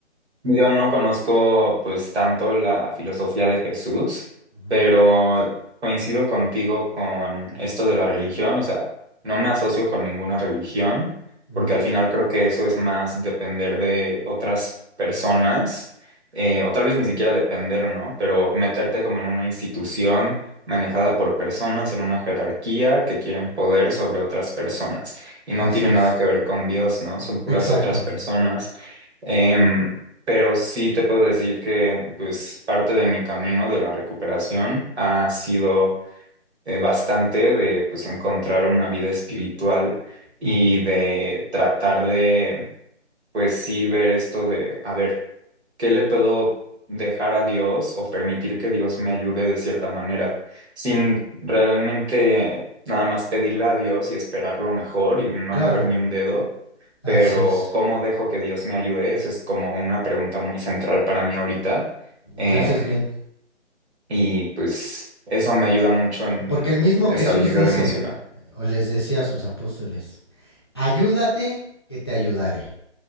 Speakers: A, on the right (about 65°); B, on the left (about 20°).
A: Yo no conozco pues tanto la filosofía de Jesús,
B: Ujú,
A: pero coincido contigo con esto de la religión, o sea, no me asocio con ninguna religión,
B: ujú.
A: porque al final creo que eso es más depender de otras personas, eh, o tal vez ni siquiera depender, ¿no? Pero meterte como en una institución manejada por personas en una jerarquía que quieren poder sobre otras personas y no
B: Así
A: tiene
B: es.
A: nada que ver con Dios, ¿no? Son puras
B: Exacto.
A: otras personas. Em, pero sí te puedo decir que pues parte de mi camino de la recuperación ha sido eh, bastante de pues encontrar una vida espiritual y
B: Ujú.
A: de tratar de pues sí ver esto de a ver, ¿qué le puedo dejar a Dios o permitir que Dios me ayude de cierta manera sin realmente nada más pedirle a Dios y esperar lo mejor y no
B: Claro,
A: mover ni un dedo?
B: así
A: pero
B: es.
A: ¿cómo dejo que Dios me ayude? Esa es como una pregunta muy central para mí ahorita. Eh,
B: Ya haces bien.
A: y pues eso me ayuda mucho en
B: Porque el mismo
A: estabilidad
B: Jesús dice,
A: emocional.
B: o les decía a sus apóstoles, ayúdate que te ayudaré.